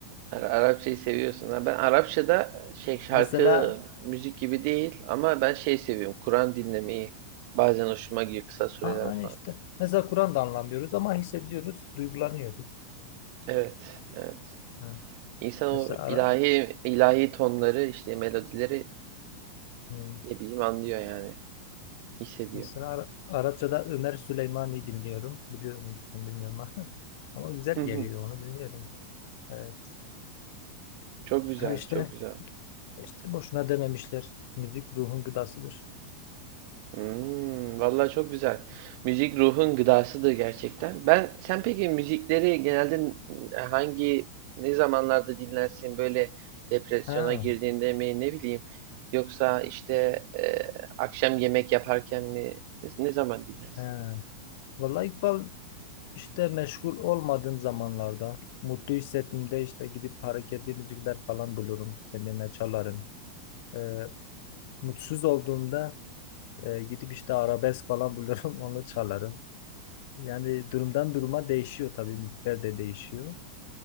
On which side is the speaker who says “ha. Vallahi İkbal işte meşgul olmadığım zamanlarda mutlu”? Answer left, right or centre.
Left